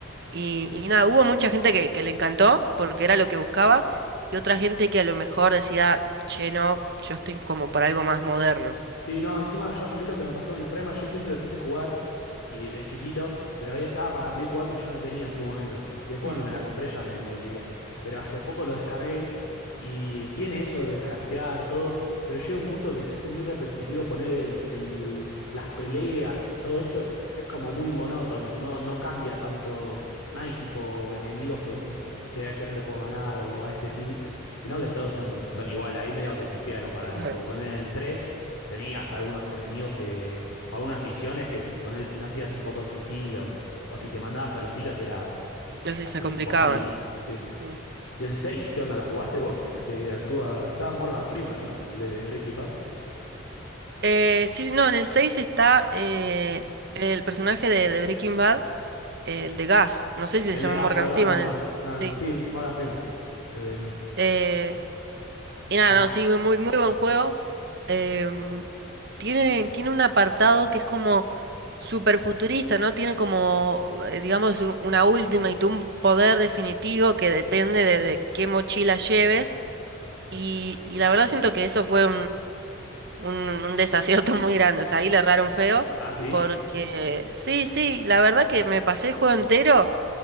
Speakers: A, on the right; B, on the left.
A: Y, y nada, hubo mucha gente que, que le encantó porque era lo que buscaba y otra gente que a lo mejor decía, che, no, yo estoy como para algo más moderno.
B: Sí, no, encima yo, a mí lo que me pasó en el Prima, yo siempre lo quise jugar. y de chiquito, pero él estaba para Play 4 y yo no tenía en su momento. Y después
A: Ujú,
B: cuando me la compré ya me, me olvidé. Pero hace poco lo descargué y tiene eso de craftear todo, pero llega un punto que se hace muy repetitivo poner el, el- las peleas, todo eso es como muy monótono, no, no cambia tanto, no hay tipo enemigos que decís, che, a este no le puedo ganar o a este sí, sino que todos son, son iguales, ahí medio que pifiaron para mí,
A: claro.
B: porque poner en el 3 tenías algunos enemigos o algunas misiones que si poner, si no hacías un poco en sigilo, o si te mandabas a los tiros era
A: Entonces
B: así
A: se complicaban.
B: imposible. Sí.
A: Mm.
B: ¿Y el 6 qué onda? ¿Lo jugaste vos? El que actúa. Estaba Morgan Freeman, ¿no? El de Breaking Bad.
A: Eh, sí, sí, no, en el 6 está eh, el personaje de, de Breaking Bad, el de Gas. No sé si se
B: El
A: llama
B: legazo,
A: Morgan
B: ¿verdad?
A: Freeman.
B: No, Mor-
A: El...
B: no, no.
A: Sí.
B: Sí, Morgan Freeman. Creo que era.
A: Eh, y nada,
B: No.
A: no, sí, muy, muy buen juego. Em, tiene, tiene un apartado que es como super futurista, ¿no? Tiene como, eh, digamos, u- una última y tú un poder definitivo que depende de, de qué mochila lleves. Y, y la verdad siento que eso fue un, un desacierto <laughs> muy grande. O sea, ahí le erraron feo.
B: Ah, sí.
A: Porque sí, sí, la verdad que me pasé el juego entero